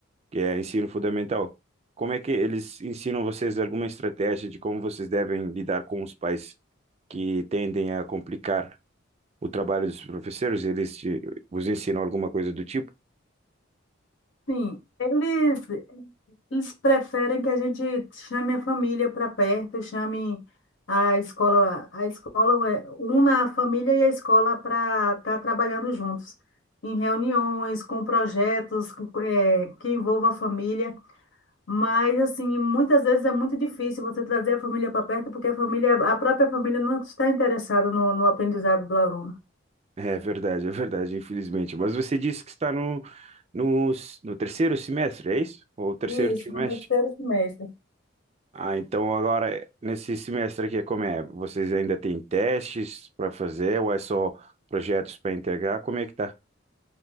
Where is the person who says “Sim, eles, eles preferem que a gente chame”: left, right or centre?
Left